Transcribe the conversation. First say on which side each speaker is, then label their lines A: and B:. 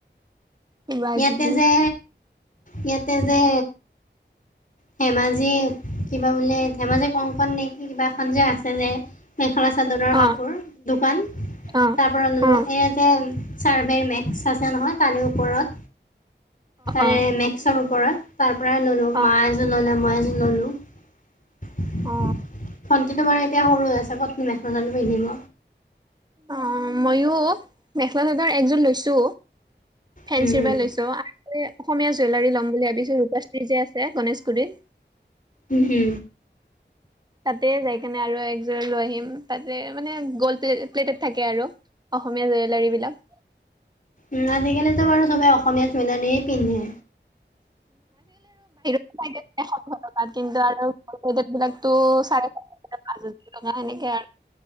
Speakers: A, on the right; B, on the left.
A: কিবা
B: ইয়াতে
A: কিবি
B: যে, ইয়াতে যে ধেমাজি কিবা বোলে ধেমাজি কংকণ নে কি কিবা এখন যে আছে যে? মেখেলা চাদৰৰ কাপোৰৰ
A: অ
B: দোকান,
A: অ
B: তাৰ পৰা ল'লোঁ।
A: অ অ
B: এয়াযে ছাৰ্ভেৰ মেক্স আছে নহয় তাৰে ওপৰত। তাৰে
A: অ
B: মেক্সৰ ওপৰত। তাৰ পৰাই ললো,
A: অ অ
B: মা এযোৰ ললে, মই এযোৰ ললো। ভন্টিটো
A: অ
B: বাৰু এতিয়া সৰু হৈ আছে ক'তনু মেখেলা চাদৰ পিন্ধিব?
A: অ', মইও, মেখেলা চাদৰ একজন লৈছো। ফেঞ্চিৰ
B: হুম হুম
A: পৰা লৈছো আৰু অসমীয়া জুৱেলাৰি লম বুলি ভাবিছো। ৰূপা যে আছে গণেশগুৰিত?
B: উম'।
A: তাতে যাই কেনে আৰু একযোৰ লৈ আহিম তাতে মানে গ'ল্ড প্লেটত থাকে আৰু। অসমীয়া জুৱেলাৰী বিলাক
B: উম আজিকালিতো বাৰু চবে অসমীয়া জুৱেলাৰীই পিন্ধে।
A: ৰ টকাত কিন্তু আৰু বিলাকো চাৰে চ এনেকে আৰু